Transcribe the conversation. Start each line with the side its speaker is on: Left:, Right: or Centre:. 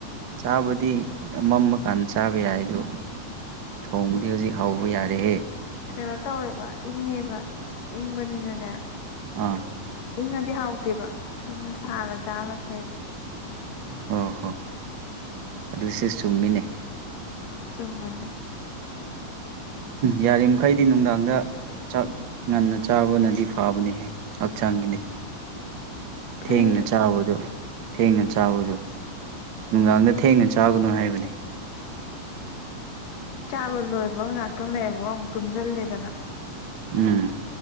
Right: ꯆꯥꯕꯗꯤ ꯃꯝꯃ ꯀꯥꯟꯗ ꯆꯥꯕ ꯌꯥꯏ ꯑꯗꯣ ꯊꯣꯡꯕꯨꯗꯤ ꯍꯧꯖꯤꯛ ꯍꯥꯎꯧꯕ ꯌꯥꯔꯦꯍꯦ
Left: ꯀꯩꯅꯣ ꯇꯧꯋꯦꯕ ꯏꯪꯉꯦꯕ ꯏꯪꯕꯅꯤꯅꯅꯦ
Right: ꯑꯥ
Left: ꯏꯪꯉꯗꯤ ꯍꯥꯎꯇꯦꯕ ꯑꯗꯨꯅ ꯁꯥꯅ ꯆꯥꯅ ꯐꯩꯕ
Right: ꯍꯣꯏ ꯍꯣ ꯑꯗꯨꯁꯨ ꯆꯨꯝꯃꯤꯅꯦ
Left: ꯆꯨꯝꯕꯅꯦ
Right: ꯌꯥꯔꯤꯕꯃꯈꯩꯗꯤ ꯅꯨꯡꯗꯥꯡꯗ ꯆꯥꯛ ꯉꯟꯅ ꯆꯥꯕꯅꯗꯤ ꯐꯥꯕꯅꯤꯍꯦ ꯍꯛꯆꯥꯡꯒꯤꯗꯤ
Left: ꯐꯩ
Right: ꯊꯦꯡꯅ ꯆꯥꯕꯗꯨ ꯊꯦꯡꯅ ꯆꯥꯕꯗꯨ ꯅꯨꯡꯗꯥꯡꯗ ꯊꯦꯡꯅ ꯆꯥꯒꯅꯨ ꯍꯥꯏꯕꯅꯤ
Left: ꯆꯥꯕ ꯂꯣꯏꯕꯒ ꯉꯥꯛꯇꯪ ꯂꯩꯌꯦꯕꯒ ꯑꯃꯨꯛ ꯇꯨꯝꯁꯤꯜꯂꯦꯗꯅ
Right: ꯎꯝ